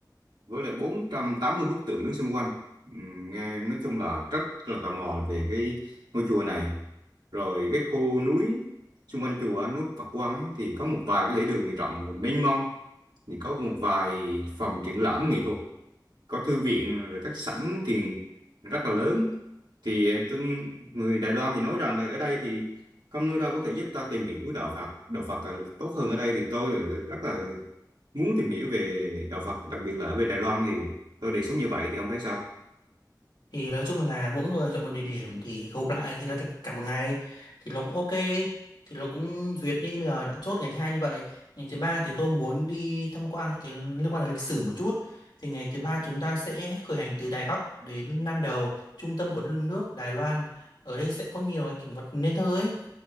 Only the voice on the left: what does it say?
thì nói chung là mỗi người chọn một địa điểm thì gộp lại thì là thành cả một ngày thì nó cũng ok thì nó cũng duyệt đi bây giờ đã chốt ngày thứ hai như vậy ngày thứ ba thì tôi muốn đi tham quan những cái liên quan đến lịch sử một chút thì ngày thứ ba chúng ta sẽ khởi hành từ Đài Bắc đến Nam Đầu trung tâm của đất nước Đài Loan ở đây sẽ có nhiều cái cảnh vật nên thơ ấy